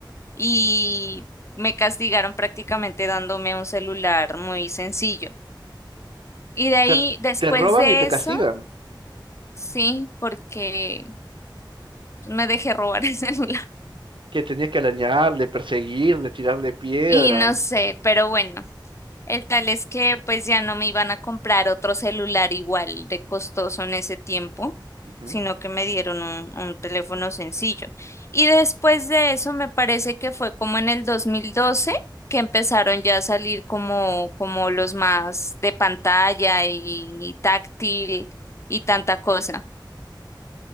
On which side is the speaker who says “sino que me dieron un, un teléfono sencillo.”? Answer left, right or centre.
Left